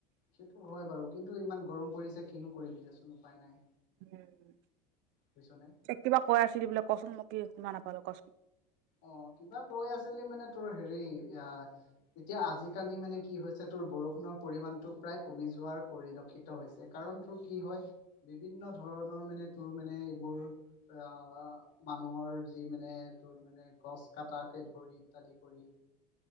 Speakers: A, on the left; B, on the right.
A: সেইটো হয় বাৰু কিন্তু ইমান গৰম পৰিছে কিনো কৰিবি দেচোন উপায় নাই।
B: উম
A: বুজিছনে?
B: এ কিবা কৈ আছিলি বোলে কচোন মই কি শুনা নাপালো কচোন।
A: অ কিবা কৈ আছিলি মানে তোৰ হেৰি আ। এতিয়া আজিকালি মানে কি হৈছে তোৰ বৰষুণৰ পৰিমাণটো প্ৰায় কমি যোৱাৰ পৰিলক্ষিত হৈছে কাৰণ তোৰ কি হয় বিভিন্ন ধৰণৰ মানে তোৰ মানে এইবোৰ আ মানুহৰ যি মানে তোৰ মান- মানে গছ কাটাকে ধৰি ইত্যাদি কৰি